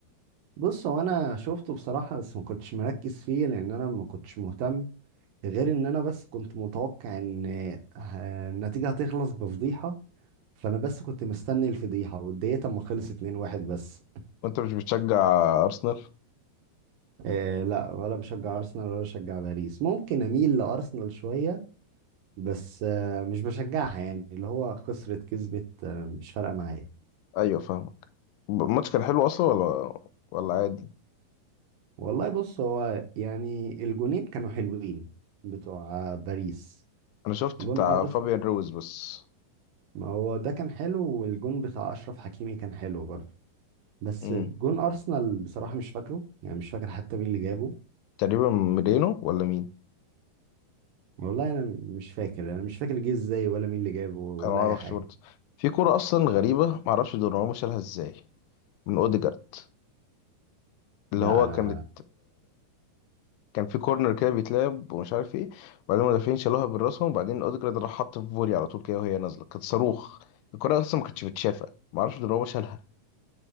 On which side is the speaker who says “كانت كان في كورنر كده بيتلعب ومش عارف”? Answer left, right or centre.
Left